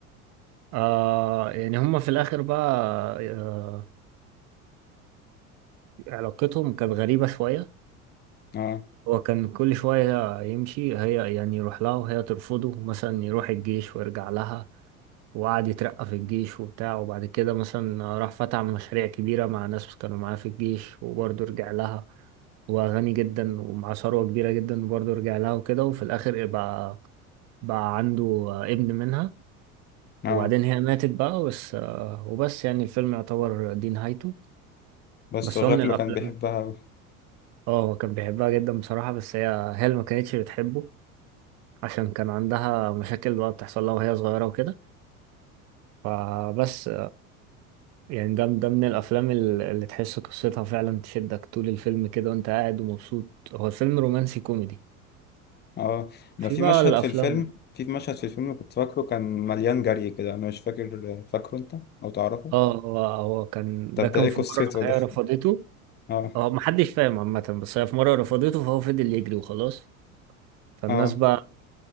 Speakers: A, on the right (about 40°); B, on the left (about 25°).
A: آه يعني هما في الآخر بقى آه علاقتهم كانت غريبة شوية
B: آه
A: هو كان كل شوية يمشي هي يعني يروح لها وهي ترفضه مثلا يروح الجيش ويرجع لها وقعد يترقى في الجيش وبتاع وبعد كده مثلا راح فتح مشاريع كبيرة مع ناس كانوا معاه في الجيش وبرضه رجع لها وغني جدا ومع ثروة كبيرة جدا وبرضه رجع لها وكده وفي الآخر بقى بقى عنده ابن منها
B: آه
A: وبعدين هي ماتت بقى بس وبس يعني الفيلم يعتبر دي نهايته
B: بس
A: بس
B: هو
A: هو
B: شكله
A: من الأفلام
B: كان بيحبها أوي
A: اه هو كان بيحبها جدا بصراحة بس هي هي اللي ما كانتش بتحبه عشان كان عندها مشاكل بقى بتحصل لها وهي صغيرة وكده فبس يعني ده ده من الافلام ال- اللي تحس قصتها فعلا تشدك طول الفيلم كده وانت قاعد ومبسوط هو فيلم رومانسي كوميدي
B: اه ما
A: في
B: في
A: بقى
B: مشهد
A: الافلام
B: في الفيلم في مشهد في الفيلم كنت فاكره كان مليان جري كده انا مش فاكر فاكره انت او تعرفه
A: اه هو هو كان
B: طب
A: ده كان
B: ده ايه
A: في
B: قصته
A: مره
B: ده
A: هي رفضته
B: <laughs> اه
A: هو محدش فاهم عامه بس هي في مره رفضته فهو فضل يجري وخلاص فالناس
B: اه
A: بقى